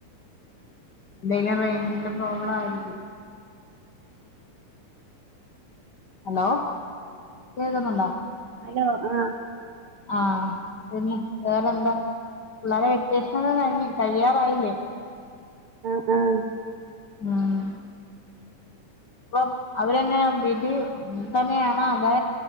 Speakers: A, on the left (about 70°); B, on the right (about 80°).
A: എന്തേലും റെയ്ഞ്ചിന്റെ പ്രോബ്ലം ആയിരിക്കും. ഹലോ കേൾക്കുന്നുണ്ടൊ?
B: ഹലോ ആഹ്.
A: ആഹ് പിന്നെ വേറെന്ത? പിള്ളാരെ വെക്കേഷ്നൊക്കെ കഴിഞ് കയ്യാറായില്ലെ?
B: ആഹ് ആഹ്.
A: ആഹ്. ഇപ്പൊ അവരെങ്ങന വീട്ടി തന്നെയാണോ അതോ